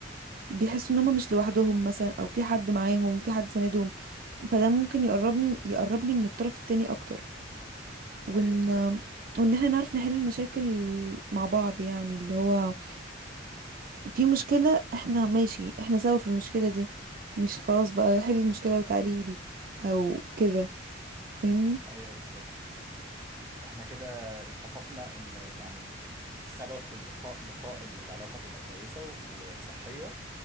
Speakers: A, on the right; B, on the right.
A: بيحسوا ان هم مش لوحدهم مثلا او في حد معاهم في حد ساندهم فده ممكن يقرب لي يقرب لي من الطرف التاني اكتر وان
B: ايوه بالظبط
A: وان احنا نعرف نحل المشاكل مع بعض يعني اللي هو في مشكلة احنا ماشي احنا سوا في المشكلة دي مش خلاص بقى حل المشكلة وتعالي لي او كده فاهمني
B: ايوه بالظبط احنا كده اتفقنا ان يعني السبب في البقاء بقاء ان العلاقه تبقى كويسه وصحيه